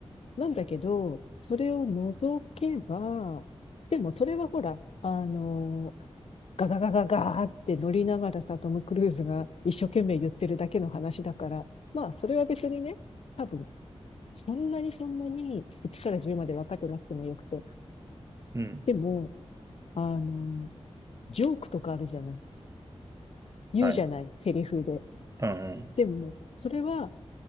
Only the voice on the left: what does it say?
なんだけど、それを除けば、でもそれはほら、あの、ガガガガガーって乗りながらさ、トム・クルーズが一生懸命言ってるだけの話だから、まあ、それは別にね、多分、そんなにそんなに1から10まで分かってなくてもよくて。
でも、あの、ジョークとかあるじゃない。言うじゃない、
セリフで。
でも、それは